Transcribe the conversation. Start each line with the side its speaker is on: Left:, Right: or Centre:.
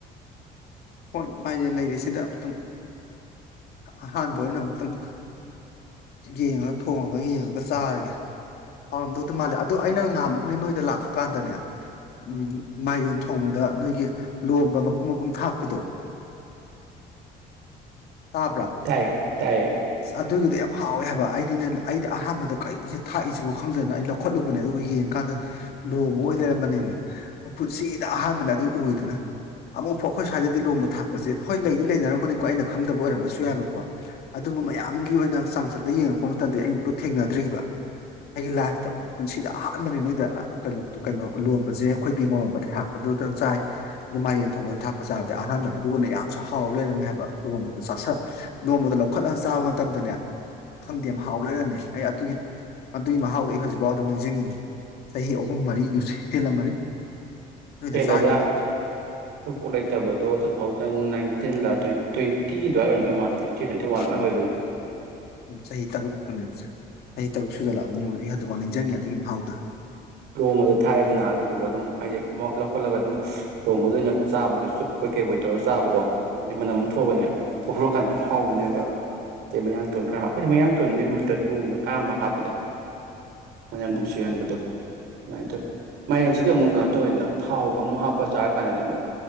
Left: ꯍꯣꯏ ꯃꯥꯏꯔꯦꯟ ꯂꯩꯔꯤꯁꯤꯗ ꯑꯝꯇꯪ ꯑꯍꯥꯟꯕ ꯑꯣꯏꯅ ꯑꯝꯇꯪ ꯌꯦꯡꯉꯒ ꯊꯣꯡꯉꯒ ꯌꯦꯡꯉꯒ ꯆꯥꯔꯒꯦ ꯍꯥꯎꯔꯝꯗꯧꯗꯤ ꯃꯥꯜꯂꯦ ꯑꯗꯨ ꯑꯩꯅ ꯉꯍꯥꯃꯨꯛꯅꯦ ꯅꯣꯏꯗ ꯂꯥꯛꯄ ꯀꯥꯟꯗꯅꯦ ꯎꯝ ꯃꯥꯏꯔꯦꯟ ꯊꯣꯡꯕꯗꯅꯦ ꯅꯣꯏꯒꯤ ꯂꯣꯝꯕ ꯃꯄꯨꯝ ꯃꯄꯨꯝ ꯊꯥꯛ ꯄꯗꯣ ꯇꯥꯕ꯭ꯔꯥ
Right: ꯇꯥꯏ ꯇꯥꯏ
Left: ꯑꯁ ꯑꯗꯨꯒꯤꯗꯤ ꯌꯥꯝ ꯍꯥꯎꯋꯦ ꯍꯥꯏꯕ ꯑꯩꯗꯤꯅꯦ ꯑꯩꯗꯤ ꯑꯍꯥꯟꯕꯗ ꯀꯔꯤ ꯅꯣꯁꯤ ꯊꯥꯛꯏꯁꯤꯕ ꯈꯪꯗꯗꯅ ꯑꯩ ꯂꯧꯈꯠꯂꯨꯕꯅꯦ ꯑꯗꯨꯒ ꯌꯦꯡꯀꯥꯟꯗ ꯂꯣꯕ ꯑꯃ ꯑꯣꯏꯔ ꯂꯩꯔꯝꯕꯅꯦꯃꯤ ꯑꯩ ꯄꯨꯟꯁꯤꯗ ꯑꯍꯥꯟꯕꯅ ꯑꯗꯨ ꯑꯣꯏꯗꯅ ꯑꯃꯨꯛꯐꯥꯎ ꯑꯩꯈꯣꯏ ꯁ꯭ꯋꯥꯏꯗꯗꯤ ꯂꯣꯟꯕ ꯊꯥꯛꯄꯁꯦ ꯍꯣꯏ ꯂꯩꯗꯤ ꯂꯩꯅꯔꯝꯒꯅꯤꯀꯣ ꯑꯩꯅ ꯈꯪꯗꯕ ꯑꯣꯏꯔꯃꯁꯨ ꯌꯥꯏꯕꯀꯣ ꯑꯗꯨꯕꯨ ꯃꯌꯥꯝꯒꯤ ꯑꯣꯏꯅ ꯆꯥꯡꯆꯠꯇ ꯌꯦꯡꯉꯛꯄ ꯃꯇꯝꯗ ꯑꯃꯛꯇ ꯊꯦꯡꯅꯗ꯭ꯔꯤꯕ ꯑꯩꯒꯤ ꯂꯥꯏꯐꯇ ꯄꯨꯟꯁꯤꯗ ꯑꯍꯥꯟꯕꯅꯤ ꯅꯣꯏꯗ ꯀꯩꯅꯣ ꯀꯩꯅꯣ ꯂꯣꯟꯕꯁꯦ ꯑꯩꯈꯣꯏꯒꯤ ꯕꯤꯃꯣꯜꯅ ꯊꯥꯛꯄꯗꯨꯗꯪ ꯆꯥꯏ ꯑꯗꯨ ꯃꯥꯂꯦꯝ ꯊꯣꯡꯕꯗ ꯊꯥꯛꯄ ꯆꯥꯕꯗꯤ ꯑꯍꯥꯟꯕꯅꯦ ꯑꯗꯨꯒꯨꯝꯅ ꯌꯥꯝꯁꯨ ꯍꯥꯎ ꯂꯩꯔꯝꯃꯦ ꯍꯥꯏꯕ ꯂꯨꯍꯣꯡꯕꯗ ꯆ ꯂꯨꯣꯡꯕꯗ ꯂꯧꯈꯠꯂꯒ ꯆꯥꯕ ꯃꯇꯝꯗꯅꯦ ꯈꯪꯗꯦ ꯌꯥꯝ ꯍꯥꯎ ꯂꯩꯔꯝꯃꯦ ꯑꯩ ꯑꯗꯨꯒꯤ ꯑꯗꯨꯒꯤ ꯃꯍꯥꯎꯗꯣ ꯑꯩ ꯍꯧꯖꯤꯛꯐꯥꯎ ꯑꯗꯨꯝ ꯅꯤꯡꯁꯤꯡꯅꯤꯡꯉꯤ ꯆꯍꯤ ꯑꯍꯨꯝ ꯃꯔꯤꯗꯨꯁ ꯍꯦꯜꯂꯝꯃꯅꯤ ꯅꯣꯏꯗ
Right: ꯍꯦꯂꯦ
Left: ꯆꯥꯈꯤꯕꯗꯣ
Right: ꯗ ꯑꯈꯣꯏ ꯕꯣꯚ ꯂꯩꯇꯕꯗꯣ ꯇꯨ ꯊꯥꯎꯖꯟ ꯅꯥꯏꯟꯇꯤꯟꯂ ꯇ꯭ꯋꯦꯟꯇꯤ ꯑꯗꯨꯋꯥꯏ ꯑꯣꯏꯔꯝꯗꯧ ꯃꯥꯜꯂꯦ ꯇ꯭ꯋꯦꯟꯇꯤ ꯇ꯭ꯋꯦꯟꯇꯤ ꯋꯥꯟ ꯑꯗꯨꯃꯥꯏꯅ
Left: ꯎꯝ
Right: ꯑꯣꯏꯕꯅꯦ
Left: ꯎꯝ ꯆꯍꯤ ꯇꯔꯨꯛ ꯃꯨꯛ ꯆꯍꯤ ꯇꯔꯨꯛ ꯁꯨꯖꯂꯥ ꯑꯕꯅꯤ ꯌꯦꯡꯉꯣ ꯑꯗꯨꯒ ꯅꯤꯡꯁꯤꯡꯉꯦ ꯑꯗꯨꯒꯤ ꯃꯍꯥꯎꯗ
Right: ꯂꯣꯡꯃꯗꯣ ꯊꯥꯛꯑꯦꯗꯅ ꯑꯗꯨꯗꯨꯒ ꯑꯗꯨꯝ ꯍꯥꯏꯗꯤ ꯂꯧꯈꯠꯂꯒ ꯑꯗꯨꯝ ꯂꯣꯝꯕꯗꯣ ꯑꯣꯏꯅ ꯆꯥꯕꯗꯣ ꯆꯨꯞꯄꯣꯏ ꯀꯩꯄꯣꯏ ꯇꯧꯔꯒ ꯆꯥꯕꯗꯣ ꯑꯗꯨ ꯃꯅꯝ ꯑꯃ ꯊꯣꯛꯑꯅꯦ ꯄꯣꯊꯣꯔꯛꯑꯀꯥꯟꯗ ꯑꯗꯨꯝ ꯍꯥꯎꯕꯅꯦꯕ ꯑꯇꯩ ꯃꯌꯥꯡꯇꯣꯟ ꯈ꯭ꯔꯥ ꯑꯩꯈꯣꯏꯗꯤ ꯃꯌꯥꯡ ꯃꯇꯣꯟꯒꯤ ꯃꯍꯨꯠꯇ ꯂꯣꯝꯕꯅ ꯑꯌꯥꯝꯕ ꯍꯥꯞꯄꯤꯗ ꯃꯅꯝ
Left: ꯎꯝ
Right: ꯅꯨꯡꯁꯤꯍꯟꯕꯗꯣ ꯑꯗꯨꯃꯥꯏ ꯇꯧꯋꯦ ꯃꯥꯏꯔꯦꯟꯁꯤꯗꯤ ꯑꯃꯨꯛ ꯀꯥꯟ ꯇꯧꯋꯤꯅꯥ ꯊꯥꯎꯒ ꯑꯃꯨꯛ ꯍꯥꯞꯄ ꯆꯥꯔꯛ ꯀꯥꯟꯗꯗꯤ ꯑꯃꯨꯛ